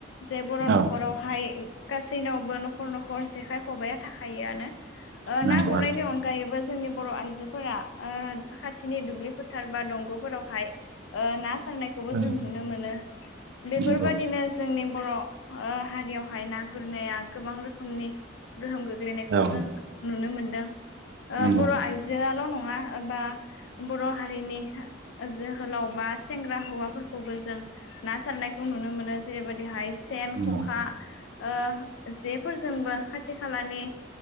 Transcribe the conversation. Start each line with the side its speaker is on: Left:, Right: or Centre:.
Left: जे बर' न'खरावहाय
Right: औ
Left: गासैनावबो न'खर न'खर जेखाइ खबाइाया थाखायोआनो
Right: नंगौ
Left: ना गुरनायनि
Right: आरो
Left: अनगायैबो जोंनि बर' आइजोफोरा खाथिनि दुब्लि फोथार बा दंग'फोरावहाय ना सारनायखौबो
Right: औ
Left: जों नुनो मोनो बेफोरबायदि
Right: नंगौ
Left: जोंनि बर' हारियावहाय ना गुरनाया गोबां रोखोमनि गोहोम गोग्लैनायखौ
Right: औ
Left: जों नुनो मोनदों
Right: नंगौ
Left: बर' आइजोआल' नङा। नंआ बा बर' हारिनि जोहोलाव बा सेंग्रा हौवाफोरखौबो जों ना सारनायखौ नुनो मोनो जेरैबायदिहाय सेन,
Right: नंगौ
Left: ख'खा ओ जेफोरजोंबो खाथि खालानि